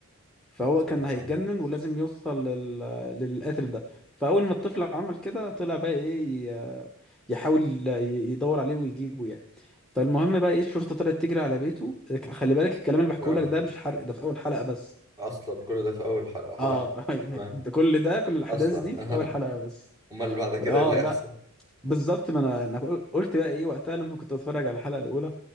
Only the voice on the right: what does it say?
اصلا
اه
اه
اصلا كل ده في اول حلقة, حلقة.
تمام
اصلا
<laughs>
اه
امال اللي بعد كده
ايه اللي هيحصل؟